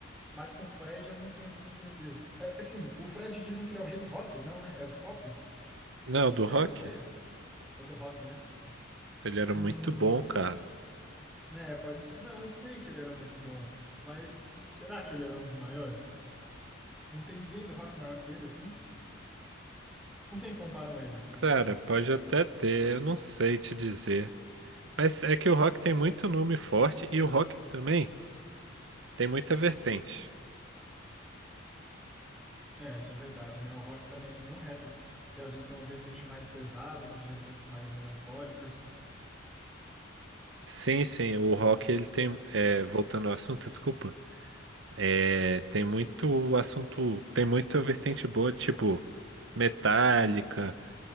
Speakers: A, in the centre; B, on the right.
A: Mas com o Fred eu não tenho tanta certeza. É, assim, o Fred dizem que ele é o rei do rock, não, né? É do pop?
B: Não,
A: Não,
B: do
A: que
B: rock,
A: é mesmo ele? É do rock, né?
B: ele era
A: Hum,
B: muito bom, cara.
A: é, pode ser. Não, eu sei que ele era muito bom, mas será que ele era um dos maiores? Não tem ninguém do rock maior que ele, assim? Com quem comparam ele, você
B: Cara,
A: sabe?
B: pode até ter, eu não sei te dizer. Mas é que o rock tem muito nome forte e o rock também tem muita vertente.
A: É, isso é verdade, né? O rock também é que nem o rap. Tem, às vezes tem uma vertente mais pesada, umas vertentes mais melancólicas.
B: Sim, sim, o
A: É.
B: rock ele tem, é, voltando ao assunto, desculpa, é, tem muito assunto, tem muita vertente boa, tipo Metallica,